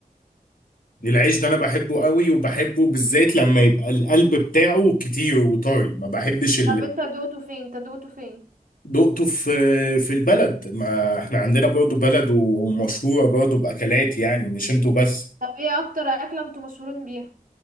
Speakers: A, on the left; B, on the right.
A: العيش ده انا بحبه قوي وبحبه بالذات لما يبقى القلب بتاعه كتير وطري ما بحبش اللي
B: طب انت دوقته فين انت دوقته فين
A: دقته في في البلد ما احنا عندنا برضو بلد ومشهورة برضو بأكلات يعني مش انتوا بس
B: طب ايه اكتر أكلة انتوا مشهورين بيها